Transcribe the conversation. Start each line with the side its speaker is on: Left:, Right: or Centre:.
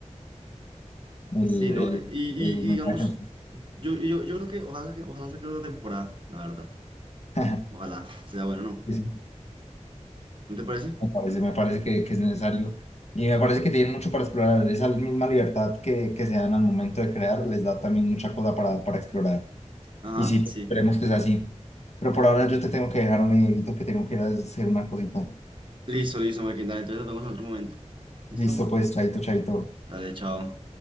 Left: el,
Right: Sí, no,
Left: el,
Right: eh, y,
Left: el
Right: y- y
Left: mensaje.
Right: digamos, yo, yo, yo creo que ojalá que ojalá saque otra temporada, la verdad.
Left: <laughs>
Right: Ojalá, sea bueno, ¿no?
Left: Sí. sí.
Right: ¿No te parece?
Left: Me parece, me parece que, que es necesario. Y me parece que tienen mucho para explorar. Esa misma libertad que, que se dan al momento de crear les da también mucha cosa para, para explorar.
Right: Ajá,
Left: Y sí,
Right: sí.
Left: esperemos que sea así. Pero por ahora yo te tengo que dejar un medidito que tengo que ir a hacer una cosita.
Right: Listo, listo, Marquín, dale, entonces nos vemos en otro momento. ¿Listo?
Left: Listo, pues, chaito, chaito.
Right: Dale, chao.